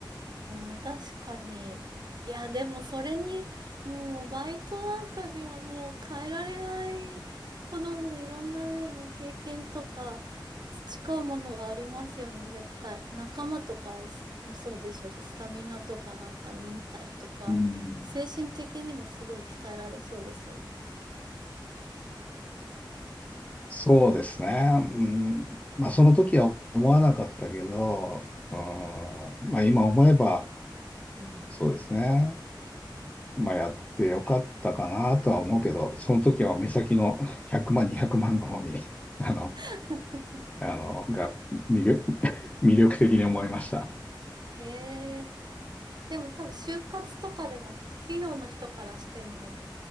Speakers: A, on the right; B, on the left.
A: あー確かに。いや、でもそれに、もうバイトなんかではもう変えられないほどのいろんなね、もう経験とか培うものがありますよね、絶対。仲間とかもそうでしょうし、スタミナとかなんか忍耐とか、
B: うん
A: 精神的にもすごい鍛えられそうですよね。
B: そうですね。うん、まあ、その時は思わなかったけど、うんまあ、今思えば、
A: うん。
B: そうですね。まあ、やってよかったかなとは思うけど、その時は目先の100万、200万の方に、あの、
A: <laughs>
B: あの、が魅力、<laughs> 魅力的に思いました。
A: へえ。でも多分就活とかでもきっと企業の人からしても、